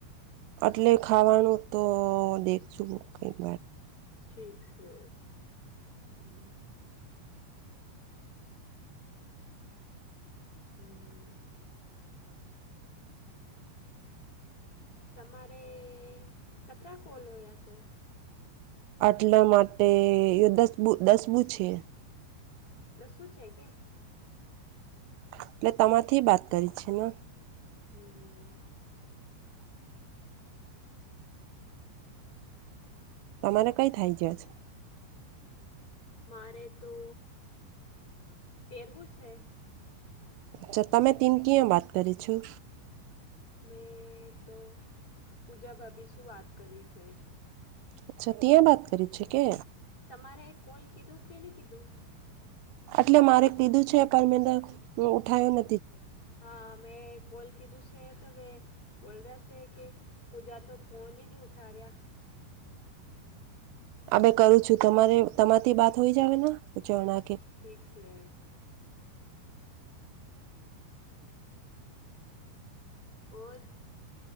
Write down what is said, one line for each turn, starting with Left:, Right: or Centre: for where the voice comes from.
Right: એટલે ખાવાનું તો દેખશું કઈક
Left: ઠીક છે
Right: <unintelligible>
Left: હમ્મ. તમારે કટરા કોલ હોયા છે
Right: આટલા માટે દસબું દસ બું છે
Left: રસવું છે કે
Right: એટલે તમાથી બાત કરી છે ને
Left: હમ,
Right: તમારે કઈ થાય છેજ
Left: મારે તો તેરવું છે
Right: અચ્છા તમે ટીમ કં વાત કરી છું
Left: મેં તો પૂજા ભાભી શું વાત કરી છે
Right: અચ્છા ત્યા વાત કરી છે કે
Left: તમારે કોલ કીધું કે નહી કીધું
Right: એટલે મારે કીધું છે પર મેં તો ઉઠાયો ન
Left: હા મે કોલ કીધું છે તો મે બોલ રહ્યા છે કે પૂજા તો ફોન નહી ઉઠા રહ્યા
Right: આ બેે કરું છું તમારે તમારીથી બાત હોઈ જાવ ના
Left: ઠીક છે ઓર